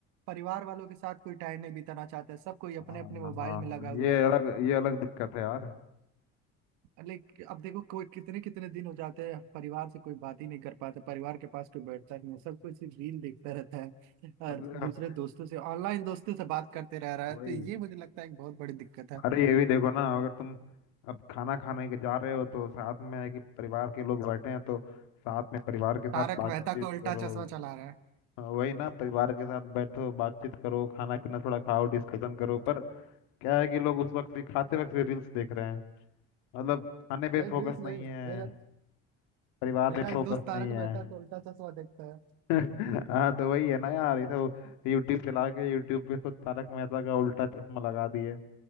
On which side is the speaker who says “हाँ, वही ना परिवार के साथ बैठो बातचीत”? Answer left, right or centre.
Left